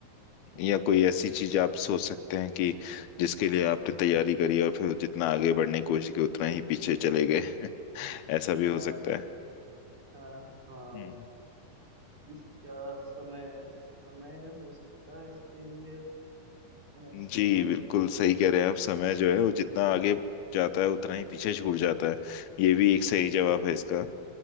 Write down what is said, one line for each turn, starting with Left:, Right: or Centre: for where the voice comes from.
Left: या
Right: ऑब्जेक्ट
Left: कोई ऐसी चीज आप सोच सकते हैं कि जिसके लिए आपने तैयारी करी और फिर जितना आगे बढ़ने की कोशिश की उतना ही पीछे चले गए <laughs> ऐसा भी
Right: हाँ
Left: हो सकता
Right: हाँ
Left: है
Right: इसका समय समय हो सकता है इसके लिए अ, समय
Left: जी बिल्कुल
Right: अ,
Left: सही कह रहे हैं आप समय जो है वो जितना आगे जाता है उतना ही पीछे छूट जाता है ये भी एक सही जवाब
Right: रे,
Left: है इसका